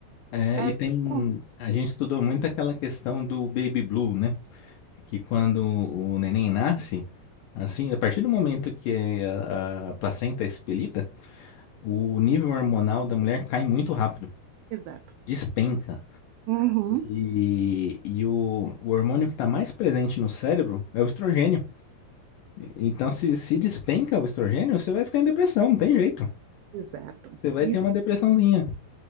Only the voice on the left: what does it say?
É,
e tem.
A gente estudou muito aquela questão do baby blue, né? Que quando o neném nasce, assim, a partir do momento que a, a placenta é expelida, o nível hormonal da mulher cai muito rápido,
despenca.
E, e o, o hormônio que está mais presente no cérebro é o estrogênio. Então, se, se despenca o estrogênio, você vai ficar em depressão, não tem jeito.
Você vai
ter uma depressãozinha.